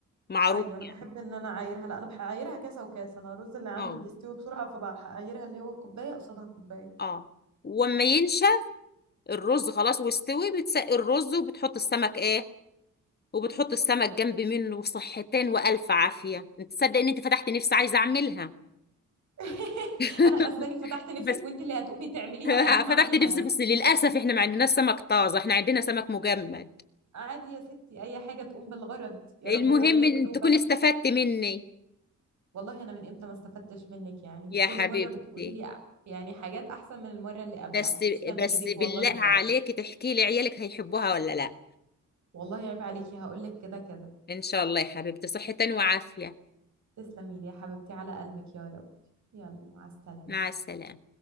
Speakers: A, on the left (about 30°); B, on the right (about 60°).
A: معروف
B: ايوه انا
A: يعني
B: بحب ان انا اعايرها لا انا بعايرها كاسه وكاسه انا الرز اللي عندي
A: اه
B: بيستوي بسرعه فبعايرها اللي هو الكوبايه قصادها كوبايه
A: اه وما ينشف الرز خلاص واستوي بتسقي الرز وبتحط السمك ايه وبتحط السمك جنب منه صحتين والف عافيه انت تصدق ان انت فتحت نفسي عايزه اعملها
B: <laughs>
A: <laughs>
B: انا حاسه اني فتحت نفسك
A: بس
B: وانت اللي هتقومي تعمليها
A: <laughs>
B: قبل ما
A: فتحت
B: اعملها
A: نفسي
B: انا
A: بس للاسف احنا ما عندناش سمك طازه احنا عندنا سمك مجمد
B: عادي يا ستي اي حاجه تقوم بالغرض يا
A: المهم
B: رب الولاد ياكلوه
A: ان تكون
B: بس
A: استفدت مني
B: والله انا من امتى ما استفدتش منك يعني انت
A: يا
B: كل
A: حبيبتي
B: مره بتقولي لي أ- يعني حاجات احسن من المره اللي قبلها
A: بس
B: تسلم
A: بس
B: ايدك
A: بالله
B: والله بجد
A: عليك تحكي لي عيالك هيحبوها ولا لا
B: والله عيب عليكي هقول لك كده كده
A: ان شاء الله يا حبيبتي صحة وعافية
B: تسلمي لي يا حبيبتي على قلبك يا رب يلا مع السلامه
A: مع السلامة